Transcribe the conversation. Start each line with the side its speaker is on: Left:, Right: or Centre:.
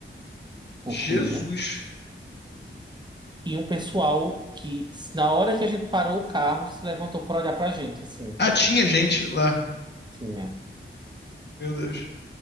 Right: por ruína,
Left: Jesus.
Right: e um pessoal que, s- na hora que a gente parou o carro, se levantou para olhar pra gente, assim,
Left: Ah, tinha gente lá.
Right: tinha.
Left: Meu Deus.